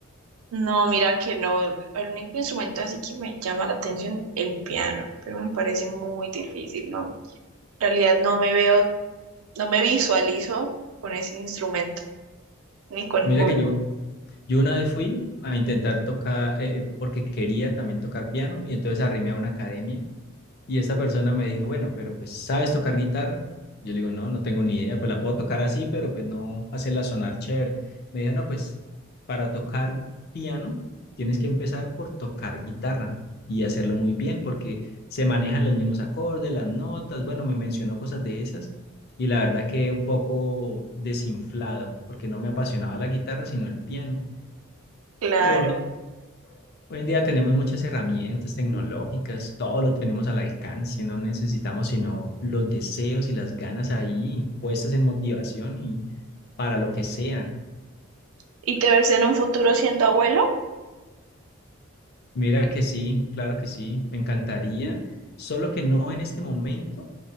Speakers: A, on the right; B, on the left.
A: No, mira que no. El único instrumento así que me llama la atención, el piano, pero me parece muy difícil, ¿no? En realidad no me veo, no me visualizo con ese instrumento, ni con
B: Mira
A: ninguno.
B: que yo, Yo una vez fui a intentar tocar, eh, eh, porque quería también tocar piano, y entonces arrimé a una academia, y esa persona me dijo, bueno, pero pues, ¿sabes tocar guitarra? Yo le digo, no, no tengo ni idea, pues la puedo tocar así, pero pues no hacerla sonar chévere. Me dijo, no, pues para tocar piano tienes que empezar por tocar guitarra y hacerlo muy bien, porque se manejan los mismos acordes, las notas, bueno, me mencionó cosas de esas, y la verdad que un poco desinflado, porque no me apasionaba la guitarra, sino el piano.
A: Claro.
B: Pero hoy, hoy en día tenemos muchas herramientas tecnológicas, todo lo tenemos al alcance, no necesitamos sino los deseos y las ganas ahí puestas en motivación y para lo que sea.
A: ¿Y te ves en un futuro siendo abuelo?
B: Mira que sí, claro que sí, me encantaría, solo que no en este momento